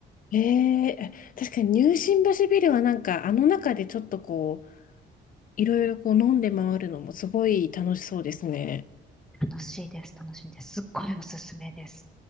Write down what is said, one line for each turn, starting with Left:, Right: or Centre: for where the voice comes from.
Left: ええ確かに入信橋ビルはなんか、あの中でちょっとこう、いろいろこう飲んで回るのもすごい楽しそうですね。
Centre: 楽しいです、楽しいです。すっごいおすすめです。